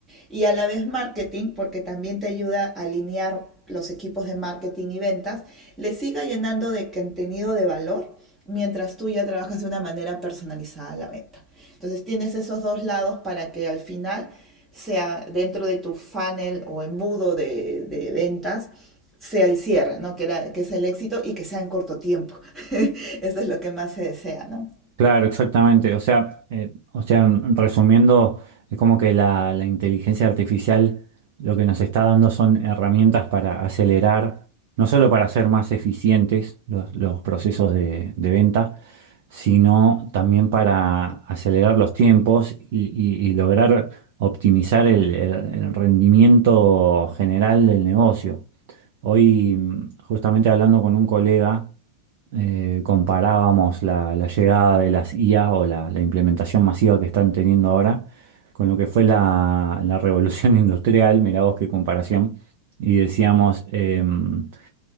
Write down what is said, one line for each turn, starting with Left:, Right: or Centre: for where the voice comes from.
Centre: y a la vez marketing, porque también te ayuda a alinear los equipos de marketing y ventas, le siga llenando de contenido de valor mientras tú ya trabajas de una manera personalizada la venta. Entonces tienes esos dos lados para que al final sea dentro de tu funnel o embudo de, de ventas, sea el cierre, ¿no? Que, era, que es el éxito y que sea en corto tiempo. <laughs> Eso es lo que más se desea, ¿no?
Right: Claro, exactamente. O sea, eh, o sea, en- resumiendo, es como que la, la inteligencia artificial lo que nos está dando son herramientas para acelerar, no solo para hacer más eficientes los, los procesos de, de venta, sino también para acelerar los tiempos y, y- y lograr optimizar el el- el rendimiento general del negocio. Hoy, mm, justamente hablando con un colega, eh, comparábamos la, la llegada de las IA o la, la implementación masiva que están teniendo ahora con lo que fue la, la revolución <laughs> industrial, mirá vos qué comparación, y decíamos, em,